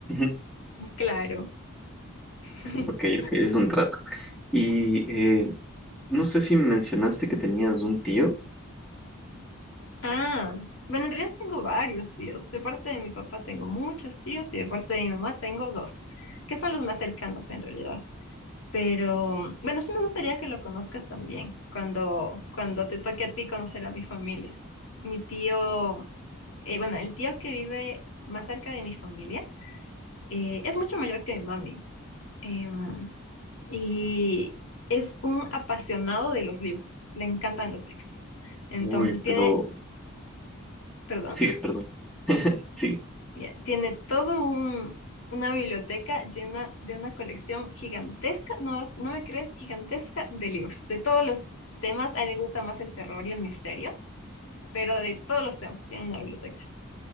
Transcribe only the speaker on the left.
Claro. <laughs>
Ah, bueno, en realidad tengo varios tíos. De parte de mi papá tengo muchos tíos y de parte de mi mamá tengo dos, que son los más cercanos en realidad. Pero bueno, sí me gustaría que lo conozcas también cuando, cuando te toque a ti conocer a mi familia. Mi tío, eh, bueno, el tío que vive más cerca de mi familia eh, es mucho mayor que mi mami em, y es un apasionado de los libros, le encantan los libros. Entonces
tiene,
perdón.
Ya, Tiene todo un, una biblioteca llena de una colección gigantesca, no, no me crees, gigantesca de libros, de todos los temas. A él le gusta más el terror y el misterio, pero de todos los temas tiene una biblioteca.